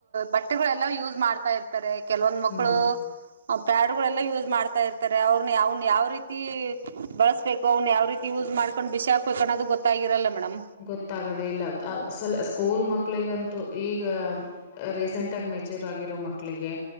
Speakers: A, on the right; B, on the left.
A: ಬಟ್ಟೆಗಳೆಲ್ಲ ಯೂಸ್ ಮಾಡ್ತಾ ಇರ್ತಾರೆ ಾರೆ ಕೆಲವೊಂದ್ ಮಕ್ಕಳು
B: ಹ್ಞೂ
A: ಪ್ಯಾಡ್ಗಳೆಲ್ಲ ಯೂಸ್ ಮಾಡ್ತಾ ಇರ್ತಾರೆ ಅವ್ರನ್ನ ಯಾವನ್ನ ಯಾವ ರೀತಿ ಬಳಸ್ ಬೇಕು್ ಯಾವ ರೀತಿ ಯೂಸ್ ಮಾಡ್ೊಂಡು ಬಿಸಿ ಹಾಕ್ಬೇಕು ಅನ್ನದು ಗೊತ್ತಾಗಿರಲ್ಲ ಮೇಡಂ
B: ಗೊತ್ತಾಗದೇ ಇಲ್ಲ ಸಲ ಸ್ಕೂಲ್ ಮಕ್ಳಿಗಂತೂ ಈಗ ರೀಸೆಂಟಾಗಿ ಮೆಚ್ಯೂರ್ ಆಗಿರೋ ಮಕ್ಕಳಿಗೆ